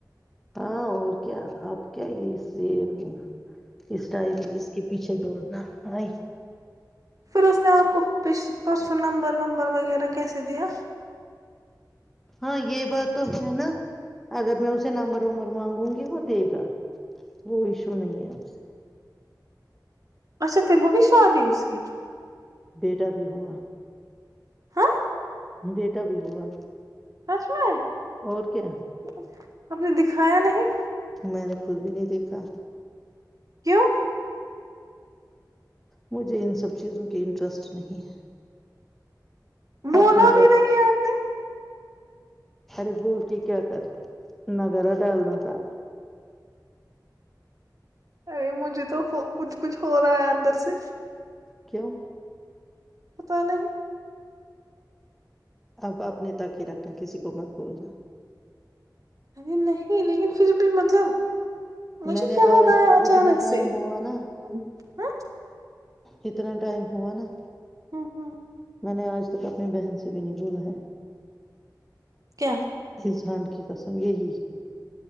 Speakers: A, in the centre; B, on the right (about 50°).
A: ہاں اور کیا آپ کیا اس یہ اس ٹائم بھی اس کے پیچھے دوڑنا ہے
B: پھر اس نے آپ کو پ پرسوں نمبر ومبر وغیرہ کیسے دیا
A: ہاں یہ بات تو ہے نا اگر میں اسے نمبر ومبر مانگوں گی وہ دے گا وہ ایشو نہیں ہے اسے
B: اچھا پھر ہو بھی شاد ہی اس کی
A: بیٹا بھی ہوا
B: ہاں
A: بیٹا بھی ہوا
B: کش میں
A: اور کیا
B: آپ نے دکھایا نہیں
A: میں نے خود بھی نہیں دیکھا
B: کیوں
A: مجھے ان سب چیزوں کے انٹرسٹ نہیں ہے
B: بولا
A: اپنے تک
B: بھی نہیں آپ نے
A: ارے بولتی کیا کرتی نہگارا ڈالنا تھا
B: ارے مجھے تو ہو کچھ کچھ ہو رہا ہے اندر سے
A: کیوں
B: پتا نہیں
A: اب اپنے تاکی رکھنا کسی کو مت بولنا
B: ارے نہیں لیکن پھر بھی مطلب مجھے
A: میں نے
B: یاد
A: آج
B: آیا
A: تک
B: اچانک
A: اتنا ٹائم
B: سے
A: ہوا نا
B: ہ
A: اتنا ٹائم ہوا نا
B: ہ ہوں
A: میں نے آج تک اپنی بہن سے بھی نہیں بھولا ہے
B: کیا
A: رجان کی قسم یہی